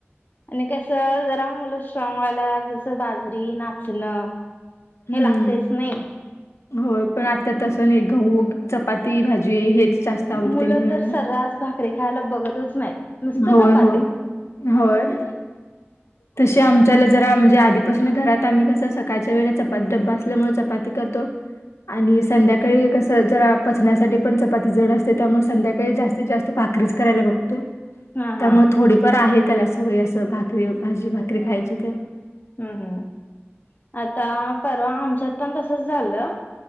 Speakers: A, on the left (about 40°); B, on the left (about 80°).
A: आणि कस जरा मुलं स्ट्रॉंग व्हायला जसं बाजरी, नाचणं
B: हं....
A: हे लागतेच नाही
B: हो पण आता तसं नाही गहु चपाती, भाजी हेच जास्त आवडते
A: मुलं
B: मुलांना.
A: तर सर्रास भाकरी खायला बघतच नाहीत नुसत
B: होय,
A: चपाती
B: होय. होय.
A: <inaudible>
B: तशी आमच्याला जरा म्हणजे आधीपासून घरात आम्ही कसं सकाळच्या वेळेस चपाती डबा असल्यामुळे चपाती करतो. आणि संध्याकाळी कस जरा पचण्यासाठी पण चपाती जड असते. त्यामुळे संध्याकाळी जास्तीत जास्त करायला बघ.
A: हा
B: त्यामुळे
A: हा
B: थोडीफार आहे. त्याला सवय असं भाकरी, भाजी, भाकरी खायची तर
A: हं हं आता परवा आमच्यात पण तसच झालं.